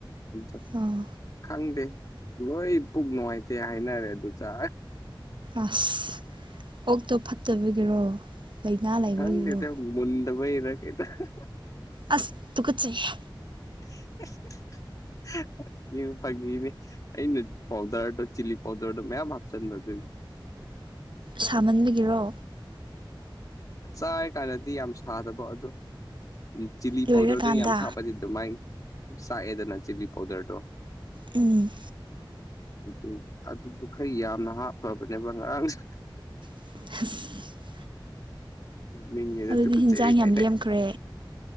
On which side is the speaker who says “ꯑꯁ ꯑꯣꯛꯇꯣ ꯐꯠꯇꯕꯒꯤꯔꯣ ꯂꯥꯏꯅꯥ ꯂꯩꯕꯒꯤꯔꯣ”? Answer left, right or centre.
Right